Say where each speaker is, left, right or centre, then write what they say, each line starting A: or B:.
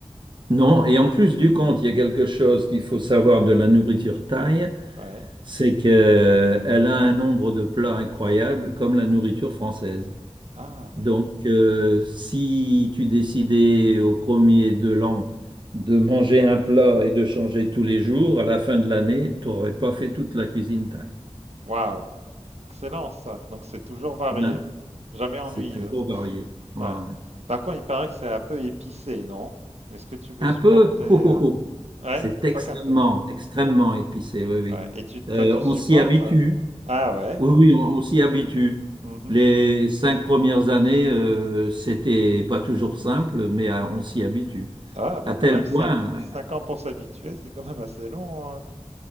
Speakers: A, on the right; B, on the right.
A: Non, et en plus du compte, il y a quelque chose qu'il faut savoir de la nourriture thaï,
B: Ouais.
A: c'est qu'elle a un nombre de plats incroyable comme la nourriture française.
B: Ah
A: Donc,
B: oui.
A: euh, si tu décidais au premier de l'an de manger un plat et de changer tous les jours, à la fin de l'année, tu n'aurais pas fait toute la cuisine thaï.
B: Waouh. Excellent ça. Donc c'est toujours varié,
A: Non,
B: jamais ennuyeux.
A: c'est toujours varié. Ouais,
B: Ouais.
A: ouais.
B: Par contre, il paraît que c'est un peu épicé, non? Est-ce que tu peux
A: Un
B: supporter
A: peu, <laughs>
B: euh,
A: oh, oh, oh.
B: Ouais,
A: C'est extrêmement,
B: pas qu'un peu.
A: extrêmement épicé, oui, oui.
B: Ouais. Et tu,
A: Euh,
B: toi, tu supportes?
A: on s'y habitue,
B: hein? Ah ouais.
A: oui, oui, on, on s'y habitue.
B: Mmh
A: Les cinq premières années, euh, c'était pas toujours simple, mais euh, on s'y habitue.
B: Ah bah,
A: À
B: quand
A: tel
B: même
A: point,
B: cinq 5 ans pour s'habituer, c'est quand même assez long, hein.